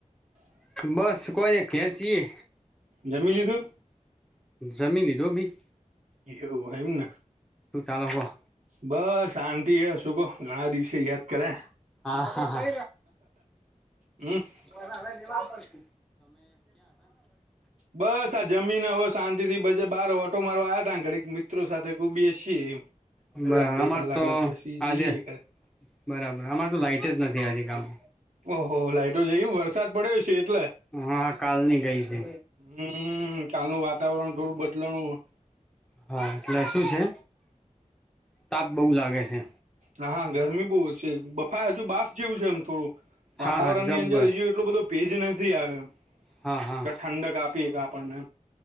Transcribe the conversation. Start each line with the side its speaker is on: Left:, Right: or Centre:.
Right: <inaudible>
Centre: બસ કોઈને કેસીીએ
Right: જમી લીધું
Centre: જમી લીજો ભી
Right: એવ એમને
Centre: સુ ચાલકોો
Right: બસ શાંતિ એ હ શું કહો ઘણા દિવસે યાદ કરાય
Centre: હા હા હા
Right: હમ <inaudible>
Centre: એવા <inaudible>
Right: બસ આ જમીન હો શાંતિ થી બ <unintelligible> જ બાર ઓટો મારવા આવ્યા હતા ઘડીક મિત્રો સાથે કબી છીએ એમ કલાક
Centre: બરાબર
Right: બે
Centre: અમાર
Right: કલાક
Centre: તો
Right: ના પછી
Centre: આજે
Right: જઈએ કરે
Centre: બરાબર અમાર તો લાઈટ જ નથી આજે કમે
Right: ઓહો લાાઈટો જઈ વરસાદ પડ્યો છે એટલા
Centre: હાા કાલની ગઈ છે
Right: હમ કાલનું વાતાવરણ થોડું બદલણું
Centre: હા એટલે શું છે તાપ બઉ લાગે છે
Right: હા હા ગરમી બહુ છે હા હજુ બાફ જેવું છે એમ થોડું વાતાવરણ
Centre: હા હા જબ્બર
Right: ની અંદર હીજ એટલો બધો ભેજ નથી આવે એમ
Centre: હા હા
Right: ઠંડ કાપીએ આપણને